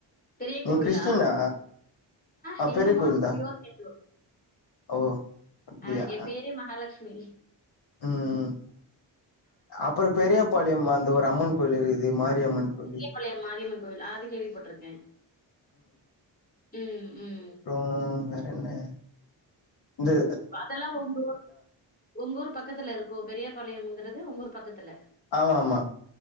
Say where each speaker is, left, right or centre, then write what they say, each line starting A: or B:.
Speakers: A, on the left; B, on the left.
A: பெரிய
B: நீங்
A: கோவிலா?
B: கிறிஸ்டினா ஆ
A: ஹிந்தும்மா.
B: பெரிய கோவில் தா
A: பியூர் ஹிந்து.
B: ஓ அப்டியா
A: ஆ என் பேரே மகாலக்ஷ்மி
B: ம் ம் அப்பற பெரிய பாளையம் அந்த ஒரு அம்மன் கோயிலிருக்குது மாரியம்மன் கோவில்
A: பழைய மாரியம்மன் கோவில் அது கேள்விப்பட்ருக்கே ம் ம்
B: அப்றோ வேற என்ன இது
A: அதெல்லா ஒங்கஊர் ஒங்கூரு பக்கத்துல இருக்கோ பெரியபாளையம்ங்கறது உங்க ஊர் பக்கத்துல
B: ஆமாமா